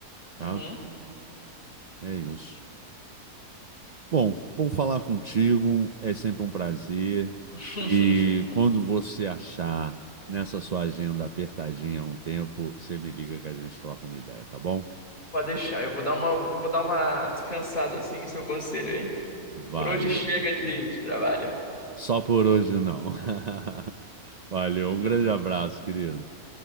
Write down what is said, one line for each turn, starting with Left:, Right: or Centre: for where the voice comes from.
Right: tá?
Left: Uhum.
Right: É isso. Bom, bom falar contigo, é sempre um prazer.
Left: <laughs>
Right: E quando você achar nessa sua agenda apertadinha um tempo, você me liga que a gente troca uma ideia, tá bom?
Left: Pode deixar, eu vou dar uma, vou dar uma descansada, seguir seu conselho aí.
Right: Valeu,
Left: Por hoje chega
Right: meu querido.
Left: de, de trabalho.
Right: Só por hoje não. <laughs> Valeu, um grande abraço, querido.